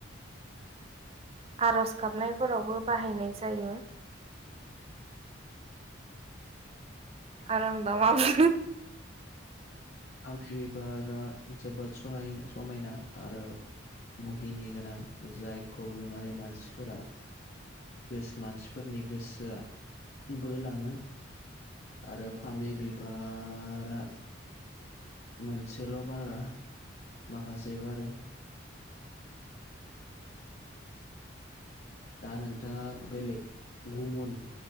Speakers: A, on the right; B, on the left.
A: आर'ज गाबनायफोरावबो बाहायनाय जायो आरो आं दामाबो
B: फामे बिबारा जोबोद सहाय समायना आरो मुहिनि गोनां जायखौ नुनानै मानसिफोरा गोसो मानसिफोरनि गोसोआ बोलाङो आरो फामि बिबारा मोनसेल' बारा माखासे बारो दा नोंथाङा बेलेग गुबुन